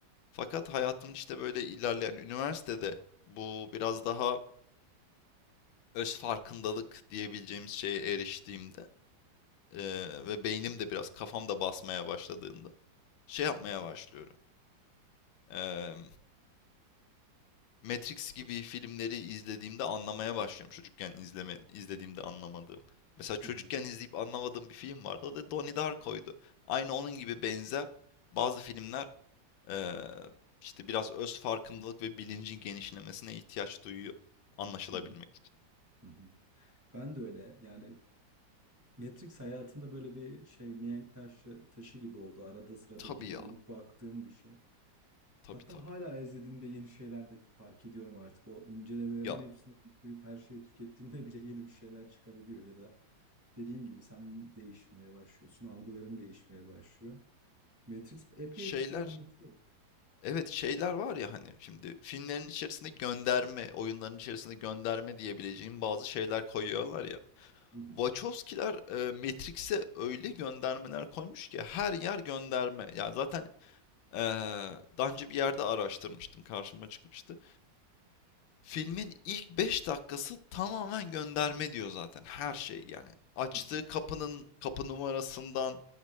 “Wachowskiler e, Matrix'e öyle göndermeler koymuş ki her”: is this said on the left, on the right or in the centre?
Left